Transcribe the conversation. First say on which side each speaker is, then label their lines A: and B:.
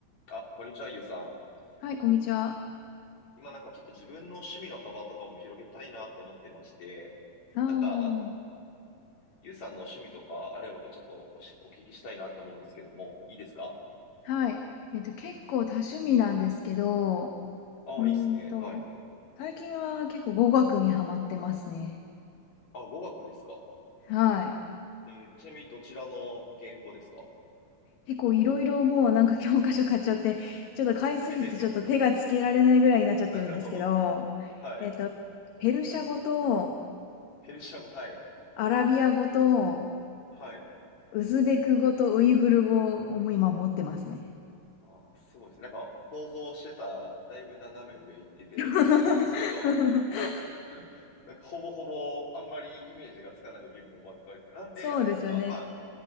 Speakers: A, on the left; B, on the left.
A: あ、こんにちは、ゆうさん。
B: はい、こんにちは。
A: 今なんかちょっと自分の趣味の幅とかも広げたいなと思ってまして、
B: あ
A: なんか、ゆうさんの趣味とかあればちょっとおし、お聞きしたいなと思うんですけども、いいですか
B: あ、はい。えっと、結構多趣味なんですけど、
A: ああ、
B: うーんと、
A: いいですね。はい。
B: 最近は結構語学にハマってますね。
A: あ、語学ですか
B: はい。
A: えーちなみにどちらの言語ですか
B: 結構いろいろもうなんか教科書買っちゃって、ちょっと買いすぎてちょっと手がつけられないぐらいになっちゃってるんですけど、
A: <laughs> へへなるほど。はい。
B: えっと、ペルシャ語と
A: ペルシャ語、はい。
B: アラビア語と
A: はい。
B: ウズベク語とウイグル語を今持ってますね。
A: ああ、すごいですね。なんか、想像してた、だいぶ斜め上行ってて驚いてるんですけど、
B: <laughs>
A: <laughs> なんかほぼほぼあんまりイメージがつかない言語ばっかりで。なんであれですかまあ
B: そうですよね。